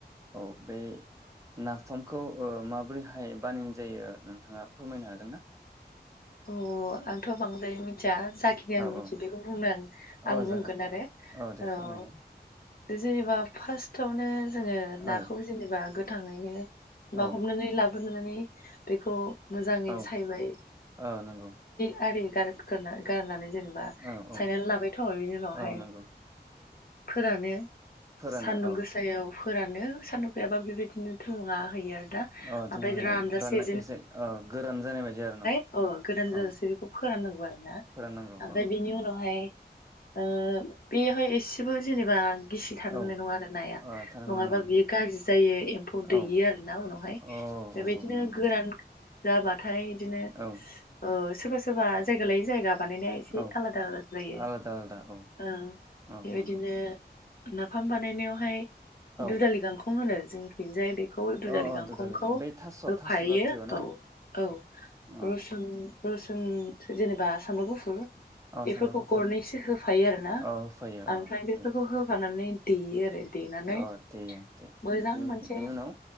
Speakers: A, on the right (about 15°); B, on the left (about 55°).
A: औ बे नाफामखौ ओ माबोरैहाय बानायनाय जायो नोंथाङा फोरमायनो हागोन ना?
B: अह आंथ बांद्राय मिनथिया जाखिनि
A: औ
B: आं मिथियो
A: औ
B: बेखौ बुंनो आं
A: औ
B: आं बुंगोन
A: जागोन
B: आरो
A: औ औ दे
B: औ
A: फोरमायनाय
B: जेनेबा फास्टआवनो जोङो
A: औ
B: नाखौ जेनेबा गोथ थांयैनो
A: औ
B: बा हमनानै लाबोनानै बेखौ मोजाङै
A: औ
B: सायबाय
A: औ नंगौ।
B: गारि गारखोना गारनानै जेनेबा
A: औ औ
B: सायनानै लाबायथ बेनि उनावहाय
A: औ नंगौ
B: फोरानो
A: फोरानो
B: सान्दुं
A: औ
B: गोसायाव फोरानो सान्दुं गैयाबा बेबायदिनो थुङा होयो आरो ना
A: अह
B: ओमफ्राय
A: दुङा होयो
B: रानजासे
A: राननाय एसे ओ गोरान जानाय बायदि आरो न।
B: अह गोदान जाजासे
A: औ
B: बेखौ फोराननांगौ आरो ना
A: फोराननांगौ
B: ओमफाय
A: औ
B: बेनि उनावहाय ओ बेहाय एसेबो जेनेबा गिसि थानो
A: औ
B: मोननाय नङा आरो नाया
A: ओ थानो
B: नङाबा
A: मोननाय नङा
B: बियो गाज्रि जायो एम्फौ दैयो
A: औ
B: आरोना उनावहाय
A: औ औ
B: बेबायदिनो
A: औ नंगौ
B: गोरान जाबाथाय बिदिनो
A: औ।
B: ओ सोरबा सोरबा जायगा लायै जायगा बानायनाया एसे
A: औ
B: आलादा आलादा जायो
A: आलादा आलादा औ
B: ओ
A: औ
B: बेबायदिनो
A: नंगौ
B: नाफाम बानायनायावहाय
A: औ
B: दुधालि गांखं होनो जों खैजाय बे खौ दुदालि
A: अ अ
B: गांखंखौ
A: टटेलि बै थास'
B: होफायो
A: थास' जातिय' ना
B: औ औ।
A: औ
B: रसुन रुसुन जेनेबा सामब्राम गुफुर
A: औ
B: बेफोरखौ
A: सामब्राम गुफुर
B: गरनैसो होफायो आरोना
A: औ होफायो
B: ओमफ्राय
A: औ होफायो
B: बेफोरखौ होफानानै देयो आरो देनानै
A: औ देयो दे
B: मोजां
A: बेनि
B: मोनसे
A: बेनि उनाव